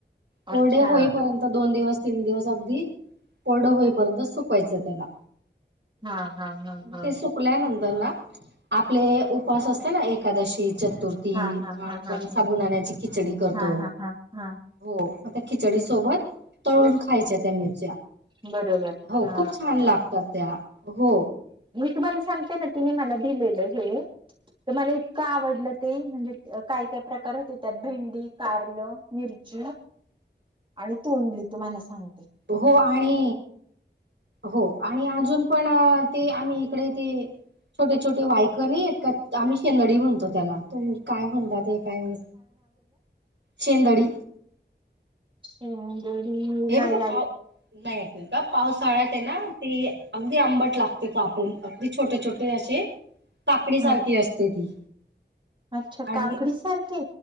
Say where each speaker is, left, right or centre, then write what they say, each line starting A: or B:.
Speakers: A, on the right; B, on the right.
A: कोरडे
B: अच्छा
A: होईपर्यंत दोन दिवस तीन दिवस अगदी कोरडं होईपर्यंत सुकवायचं त्याला
B: हा हा हा
A: मग
B: हा
A: ते सुकल्यानंतर ना आपले उपास असते ना एकादशी चतुर्थी
B: हा हा
A: आपण
B: हा हा हा
A: साबुदाण्या ची खीच खिचडी करतो
B: हा हा हा हा
A: हो खिचडी सोबत हो <unintelligible> तळून खायच्या त्या मिरच्या
B: बरोबर
A: हो
B: हा
A: खूप छान लागतात त्या हो
B: तूमाला सांगते ना तिने मला दिलेलं हे तर मला इतकं आवडलं ते म्हणजे काय काय प्रकार होते त्यात भेंडी कारल मिरची आणि तोंडली तुम्हाला हा
A: हो आणि हो आणि अजून पण ती आम्ही इकडे ते छोटे छोटे वायक नाही आहेत का आम्ही शेंगडी म्हणतो त्याला तुमी काय म्हणतात ते काय म शेंदडी
B: ह
A: हे
B: नाही
A: बघा पाव
B: आ
A: नाही ऐकलं का पावसाळ्यात आहे ना ती अगदी आंबट लागते कापून अगदी छोटे छोटे असे काकडी सारखी
B: हा
A: असते ती
B: अच्छा
A: आणि
B: काकडी सारखे